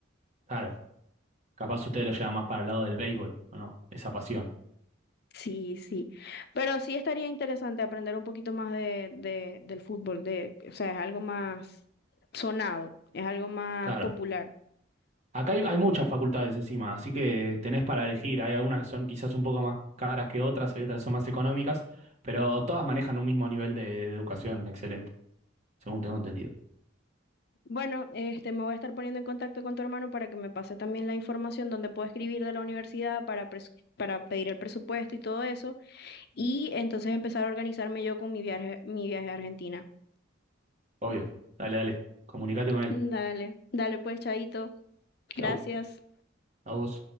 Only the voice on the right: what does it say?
Claro, capaz ustedes lo llevan más para el lado del béisbol, ¿o no? Esa pasión.
Claro.
Acá hay, hay muchas facultades encima, así que tenés para elegir. Hay algunas que son quizás un poco más caras que otras, hay otras que son más económicas, pero todas manejan un mismo nivel de, de educación excelente, según tengo entendido.
Obvio. Dale, dale. Comunicate con él.
Chau.
A vos.